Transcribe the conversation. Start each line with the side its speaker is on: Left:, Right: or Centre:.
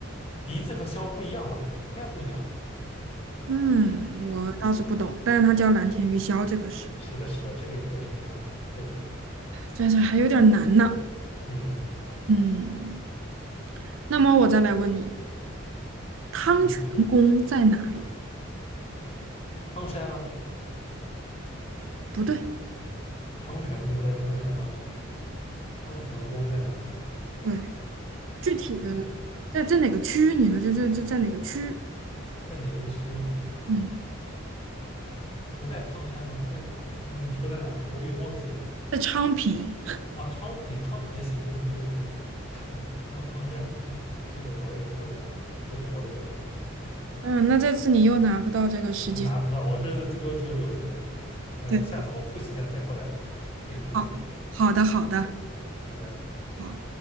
Left: 笛子和箫不一样吧？应该不一样，
Right: 嗯，我倒是不懂，
Left: 嗯，
Right: 但是他叫蓝田玉箫这个是，
Left: 是的，是的，这个应该是这样子，对，
Right: 这这还有点难呢。
Left: 嗯
Right: 嗯，那么我再来问你，汤泉宫在哪里？
Left: 嗯，汤山啊，
Right: 不对，
Left: 汤泉宫不在汤山吗？汤泉宫在哪
Right: 对，具体的在在哪个区？
Left: 汤泉
Right: 你说这这这在哪个区？
Left: 在哪个区？
Right: 嗯，
Left: 不在汤山吗？那在哪？那你说在哪？我也忘记了。
Right: 在昌平。
Left: 啊，昌平，昌平的行宫，对对对。<laughs> 那么汤山不对，这个我有点混乱了，这是我的问题。嗯，
Right: 嗯，那这次你又拿不到这个实际。
Left: 我拿不到，我这次最多只有六十分。呃，
Right: 对，
Left: 下次我复习一下再过来跟你对。
Right: 好，好的，好的。
Left: 拜拜。
Right: 好